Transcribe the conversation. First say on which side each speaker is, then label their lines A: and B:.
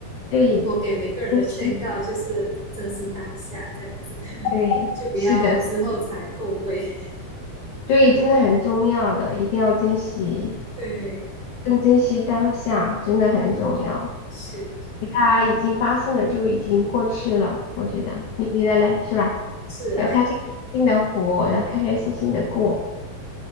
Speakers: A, on the left (about 75°); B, on the right (about 50°).
A: 对，
B: 我给每个人的劝告就是珍惜当下，
A: 珍惜，
B: 这样子
A: 对，
B: <laughs> 就不要之后才后悔。
A: 是的，是对，真的很重要的，一定要珍惜，
B: 对，
A: 更珍惜当下，真的很重要。
B: 是
A: 它已经发生了，就已经过去了，我觉得，你觉得嘞，是吧？
B: 是啊，
A: 要开开心心的活，要开开心心的过。